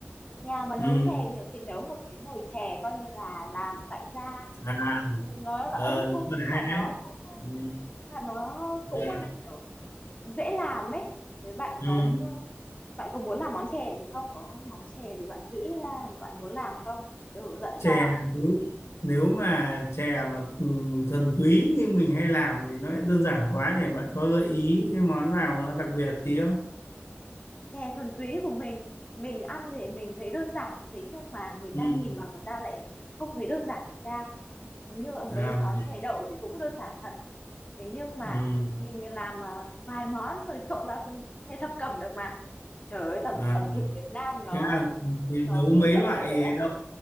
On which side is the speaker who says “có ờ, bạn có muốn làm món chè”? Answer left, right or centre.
Left